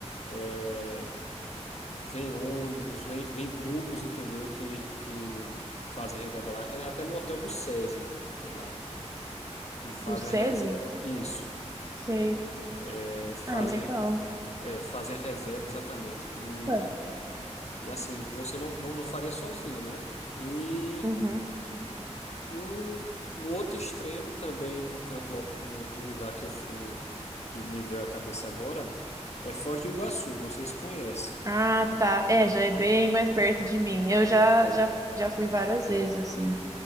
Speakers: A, on the left; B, on the right.
A: é, vem ônibus, vem, vem grupos, entendeu? Que, que fazem reserva lá. É até no hotel do SESI tem lá, que fazem
B: O SESI?
A: a reserva. Isso.
B: Sei.
A: É, fazem.
B: Ah, legal.
A: É, fazem a reserva exatamente. E,
B: Tá.
A: e assim, você não, não, não faria sozinho, né? E
B: Uhum.
A: um, no outro extremo também, um canto, lo- um, um lugar que eu fui e me veio à cabeça agora é Foz do Iguaçu. Não sei se conhece.
B: Ah, tá. É, já é bem mais perto de mim. Eu já, já, já fui várias vezes, assim.